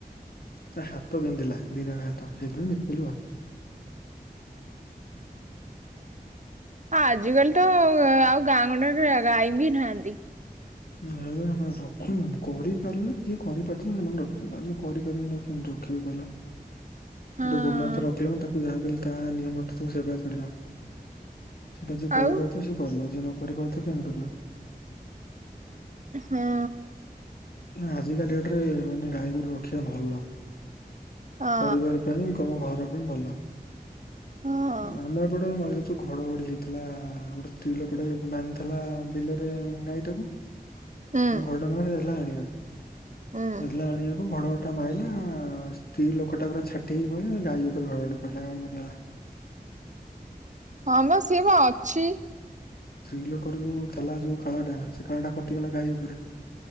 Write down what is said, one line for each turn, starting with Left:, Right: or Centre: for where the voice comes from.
Left: ତା ହାତ ବିନ୍ଧିଲା ଦିଟାଙ୍କ ହାତ <unintelligible> ବିକି ଦେଲୁ ଆଉ।
Right: ଆଜି କାଲି ତ ଆଉ ଗାଁ ଗଣ୍ଡାରେ ଗାଈ ବି ନାହାନ୍ତି ।
Left: ରଖୁ କରିପାରିଲେ ଯିଏ କରିପାରୁଛନ୍ତି ସେମାନେ ରଖୁଛନ୍ତି, ଆଉ ଯେ କରିପାରିବନି ତ କେମିତି ରଖିବି କହିଲ।
Right: ହଁ
Left: ଗୋଟେ ଗୋମାତା ରଖିଲେ ମୁଁ ତାକୁ ଯାହା ତା ନିୟମକୁ ତାକୁ ସେବା କରିବା । ସେଇଟା ଯିଏ କରିପାରୁଥିବ
Right: ଆଉ
Left: ସେଏ କରିବ, ଯିଏ ନ କ କରିପାରୁଥିବ କେମିତି କରିବ?
Right: ହଁ।
Left: ଆଜିକା ଡେଟ ରେ ମାନେ ଗାଈଗୋରୁ ରଖିବା ଭଲ।
Right: ହଁ
Left: ପରିବାର ପାଇଁ କ ଘର ପାଇଁ ଭଲ।
Right: ହଁ।
Left: ଆମର ଏପଟେ ମ ଯୋଉ ଘଡଘଡି ହେଇଥିଲା ଗୋଟେ ସ୍ତ୍ରୀଲୋକଟେ ବାନ୍ଧିଥିଲା ବିଲରେ ଗାଈ ଟାକୁ,
Right: ହୁଁ
Left: ମାନେ ଘଡଘଡ଼ି ମାଇଲା ସେ ଯାଇଥିଲା ଆଣି କୁ।
Right: ହୁଁ
Left: ଇଥିଲା ଆଣିବାକୁ ଘଡଘଡି ମାଇଲା ସ୍ତ୍ରୀ ଲୋକ ଟା ପୁରା ଛାଟି ହେଇ ପଇଲା, ଗାଈ ଉପରେ ଘଡ଼ଘଡ଼ି ପଇଲା ଗାଈ ମରିିଗଲା।
Right: ହଁ ବା ସେ ବା ଅଛି।
Left: ସ୍ତ୍ରୀ ଲୋକର ଯୋଉ ଥିଲା ଯୋଉ କାଳଟା ସେ କାଳ ଟା କଟିଗଲା ଗାଈ ଉପରେ।